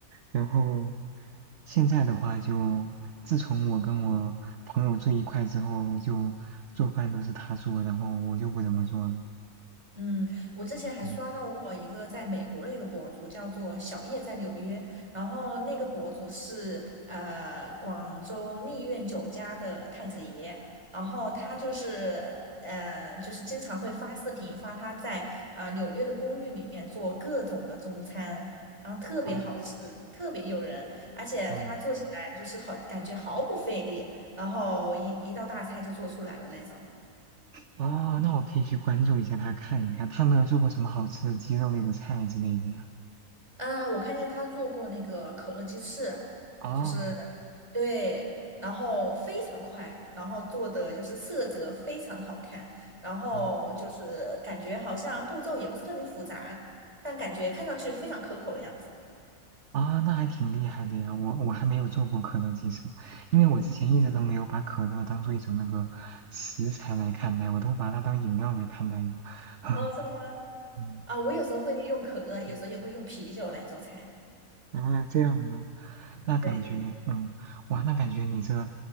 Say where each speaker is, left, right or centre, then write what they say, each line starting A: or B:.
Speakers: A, on the right; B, on the right.
A: 然后现在的话就，自从我跟我朋友住一块之后，就做饭都是他做，然后我就不怎么做了。
B: 嗯，我之前还刷到过一个在美国的一个博主，
A: 嗯，
B: 叫做小叶在纽约，然后那个博主是呃广州丽苑酒家的太子爷，然后他就是呃就是经常会发视频发他在啊纽约的公寓里面做各种的中餐，然后特别好吃，
A: 啊，
B: 特别诱人，而且他做起来就是好感觉毫不费力，
A: 嗯，
B: 然后一一道大菜就做出来了那种。
A: 哦，那我可以去关注一下他，看一看他有没有做过什么好吃的鸡肉类的菜之类的呀。
B: 嗯，我看见他做过那个可乐鸡翅，
A: 哦。
B: 就是对，然后非常快，然后做的就是色泽非常的好看，然后就是感觉好像步骤也不是特别复杂，
A: 嗯
B: 但感觉看上去非常可口的样子。
A: 啊，那还挺厉害的呀！我我还没有做过可乐，鸡翅，因为我之前一直都没有把可乐当做一种那个食材来看待，我都把它当饮料来看待的。<laughs>
B: 哦，是吗？
A: 嗯，
B: 啊，我有时候会用可乐，有时候也会用啤酒来做菜。
A: 嗯啊，这样啊，那感觉，
B: 对，
A: 嗯，哇，那感觉你这，